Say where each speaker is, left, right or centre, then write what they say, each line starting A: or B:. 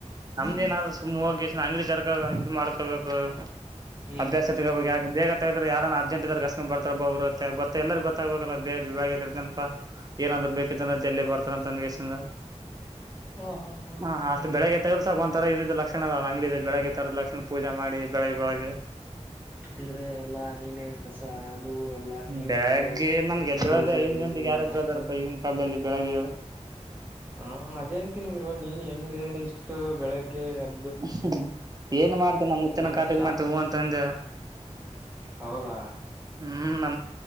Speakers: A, on the right; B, on the right.
A: ನಮ್ದೇನ್ರರು
B: ಹ್ಮ್
A: ಸುಮ್ಮ್ ಹೋಗ ಅಂಗಡಿ ತರ ಇದು ಮಾಡ್ಕೊಬೇಕು
B: ಹ್ಮ್
A: ಅಭ್ಯಾಸ ಬೇಗ ತಗದ್ರೆ ಯಾರ <unintelligible> ಬರ್ತಾರ ಬರುತ್ತ ಗೊ ಎಲ್ಲರ ಗೊ ತಬೇಕಲ ೇ ವಿಭಾಗನಪಾ ಏನಾದ್ರು ಬೇಕತ್ತಂದ್ರ ಜಲ್ಲಿ ಬರ್ತಾರ ಅಂತ ಅಂದಿಂದ ಹೆಸಿಂದ
B: ಹ ಹ ಹ
A: ಹಾ ಅಷ್ಟು
B: ಹ್ಮ್
A: ಬೆಳಗ್ಗೆತ್ತದ್ರರು ಸ್ವಲ್ಪ ಒಂಥರಾ ಇದ ಲಕ್ಷಣ ಅಂಗಡ ಬೆಳಗ್ಗೆ ತರದ ಲಕ್ಷಣ ಪೂಜ ಮಾಡಿ ಬೆಳಗ್ಗೆ ಬೆಳಗ್ಗೆ
B: ಅಂದ್ರೆ ಎಲ್ಲಾ ನೀನ ಕಸ ಅದು ಎಲ್ಲಾ ನೀರ್
A: ಬೆಳಿಗ್ಗೆ
B: ಹೊಡೆದು
A: ನನ್ಗೆದ್ರದೆ
B: ಪೂಜೆ
A: ಐದ
B: ಇದು
A: ಗಂಟೆಗೆ
B: ನೀನೇ
A: ಯಾರಾದ್ರು
B: ಮಾಡ್ತದೆ
A: ಅದಾರಪ್ಪ ಈಗನ್ ಕಾಲಲ್ಲಿ ಬೆಳಗೆ
B: ಹಾ ಅದೇನ್ ತಿನ್ಗರು ನೀನ್ ಹೆಂಗೆ ಇಷ್ಟು ಬೆಳಗ್ಗೆ ಕೆಳ
A: ಹ್ಮ ಏನ್ ಮಾಡ್ತ ನಮ ಮುುತ್ತಿನ
B: ನನಗ್
A: ಕಾಟಗ
B: ಶಾಕ್
A: ಮಾಡ
B: ಆಗ್ತ
A: ಹೂ ಅಂತ ಅಂದೆ
B: ಹೌದಾ
A: ಹ್ಮ್ ನ